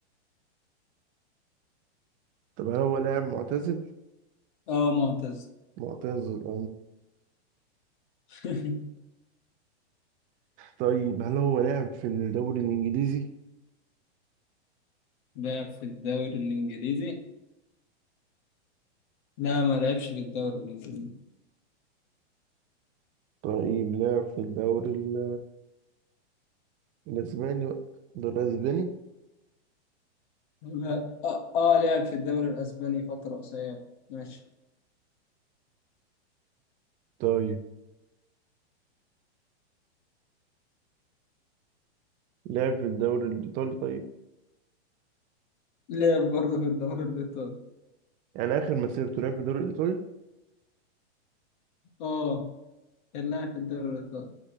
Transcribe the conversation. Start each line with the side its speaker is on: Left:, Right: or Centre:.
Right: طب هل هو لاعب معتزل
Left: أه معتز
Right: معتزل
Left: <laughs>
Right: طيب هل هو لعب في الدوري الإنجليزي؟
Left: لعب في الدوري الإنجليزي لا ما لعبش في الدوري الإنجليزي
Right: طيب لعب في الدوري ال- الأسباني بقى. الدوري الأسباني؟
Left: لا أه, آه لعب في الدوري الأسباني فترة قصيرة ماشي
Right: طيب لعب في الدوري الإيطالي طيب
Left: لعب برضه في الدوري الإيطالي
Right: يعني آخر مسيرته لعب في الدوري الإيطالي؟
Left: أه كان لاعب في الدوري الإيطالي